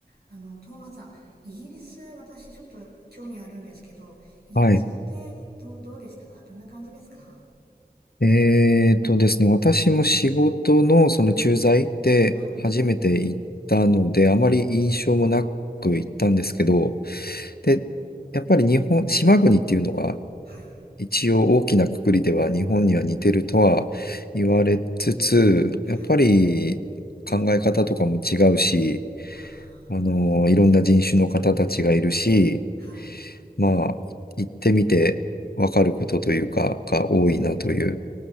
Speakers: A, on the right; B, on the left.
A: あの、トーマスさん、イギリス、私ちょっと興味あるんですけど、イギリスってどう、
B: はい。
A: どうでしたかどんな感じですか
B: えーとですね、私も仕事のその駐在で初めて行ったので、
A: はい。
B: あまり印象もなく行ったんですけど、で、やっぱり日本、島国っていうのが
A: はい。
B: 一応大きな括りでは日本には似てるとは言われつつ、
A: はい。
B: やっぱり考え方とかも違うし、
A: あ
B: あの、いろんな人種の方たちがいるし、
A: あ、は
B: まあ、行ってみてわかることというか、が多いなという
A: い。えー、